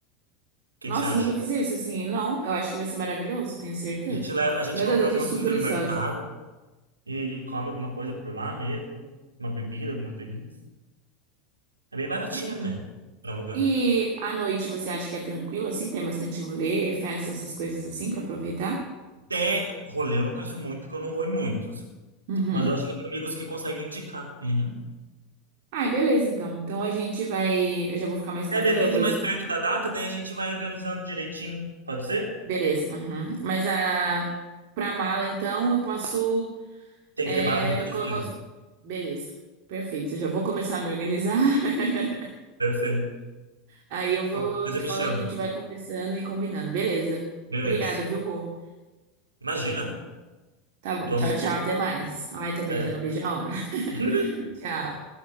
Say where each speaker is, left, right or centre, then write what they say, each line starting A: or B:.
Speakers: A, on the right; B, on the right.
A: O que
B: Nossa,
A: que você acha?
B: eu nunca fiz isso, assim. Não, eu acho que vai ser maravilhoso, eu tenho certeza.
A: A gente leva, a gente
B: Meu
A: compra
B: Deus, eu
A: algumas
B: tô super
A: coisas
B: ansiosa.
A: no mercado e come alguma coisa por lá mesmo. Uma bebida, algumas bebidas. É bem baratinho
B: Uhum.
A: até, para alugar.
B: E à noite você acha que é tranquilo assim? Tem bastante rolê, festa, essas coisas assim pra aproveitar?
A: Tem rolê, eu não conheço muito, porque eu não vou em muitos.
B: Uhum.
A: Mas eu acho que eu tenho amigos que conseguem indicar. Uhum.
B: Ai, beleza então. Então a gente vai. Eu já vou ficar mais tranquila,
A: É, me avise
B: eu vou.
A: mais perto da data, daí a gente vai organizando direitinho. Pode ser?
B: Beleza. Uhum. Mas a. Pra mala então eu posso
A: Tem
B: é,
A: que levar a roupa de
B: colocar
A: frio.
B: os. Beleza. Perfeito. Eu já vou começar a me organizar. <laughs>
A: Perfeito.
B: Aí eu vou
A: Qualquer coisa
B: te
A: me
B: falando,
A: chama.
B: a gente vai conversando e combinando. Beleza.
A: Beleza.
B: Obrigada, viu, Gu?
A: Imagina.
B: Tá bom.
A: Tô
B: Tchau,
A: ansioso.
B: tchau. Até mais. Ai, também
A: É.
B: já não vejo a hora. <laughs>
A: <laughs>
B: Tchau.